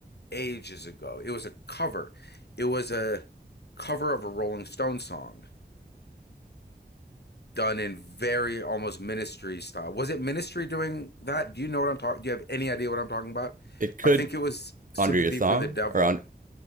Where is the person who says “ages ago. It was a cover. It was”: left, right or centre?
Left